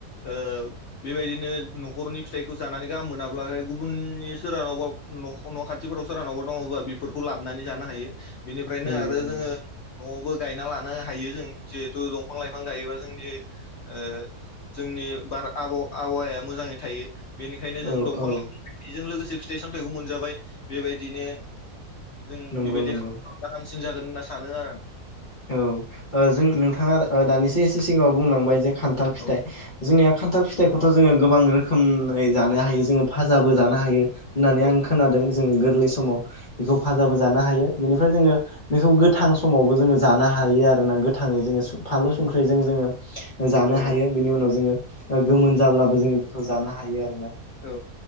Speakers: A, on the left; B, on the left.
A: ओ बेबायदिनो न'खरनि फिथाइखौ जानानै गाहाम मोनाब्ला गुबुननि सोरहानावबा न' खाथिफोराव सोरहानावबा दङबा बेफोरखौ लाबोनानै जानो हायो। बेनिफ्रायनो
B: नंगौ
A: आरो
B: नंगौ
A: जोङो न'आवबो गायना लानो हायो जों जिहेथु दंफां लाइफां गायोबा जोंनि ओ जोंनि बार आबहावाया मोजाङै थायो बेनिखायनो जों
B: औ
A: दंफां
B: औ
A: लाइफां जों लोगोसे फिथाइ सामथाइखौ मोनजाबाय, बेबायदिनो जों
B: नंगौ
A: बेबायदि
B: नंगौ।
A: <unintelligible> जागोन होनना सानो आरो आं।
B: औ ओ जों नोंथाङा दानिसो एसे सिगाङाव बुंलांबाय जे खान्थाल फिथाइ,
A: औ
B: जोंनिया खान्थाल
A: औ
B: फिथाइखौथ' जोङो गोबां रोखोमै जानो हायो जोङो भाजाबो
A: औ
B: जानो
A: नंगौ
B: हायो होननानै
A: औ
B: आं खोनादों। जोङो गोरलै समाव बेखौ फाजाबो जानो हायो। बेनिफ्राय जोङो बेखौ गोथां समावबो जोङो जानो हायो आरोखि। गोथाङै
A: औ
B: जोङो फानलु संख्रिजों जोङो जानो
A: औ
B: हायो। बेनि उनाव जोङो ओ गोमोन जाब्लाबो जोङो बेखौ जानो हायो आरो ना।
A: औ।